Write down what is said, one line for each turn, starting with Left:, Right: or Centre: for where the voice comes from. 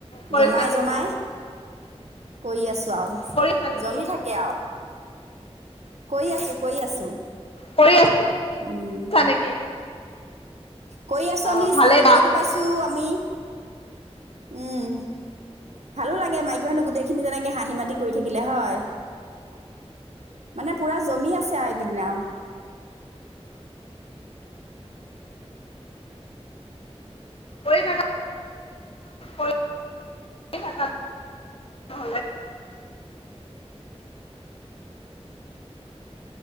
Left: কৰিছা
Right: জমাই
Left: নেকি?
Right: জমাই কৰি আছো আও
Left: কৰিছা নেকি?
Right: জমি থাক কিয় কৰি আছো কৰি আছো।
Left: পঢ়ি আছা
Right: উম
Left: নেকি?
Right: কৰি আছো
Left: অ',
Right: আমি
Left: ভালেই
Right: চাৰ্টিফিকেতো
Left: দা।
Right: পাইছো আমি। উম ভালো লাগে মাইকী মানুহ গোটেইখিনি যেনেকে হাঁহি মাতি কৰি থাকিলে হয়। মানে পূৰা জমি আছে আৰু এইকেইদিনা আৰু,
Left: কৰি থাকা কৰি থাকা। নহ'লে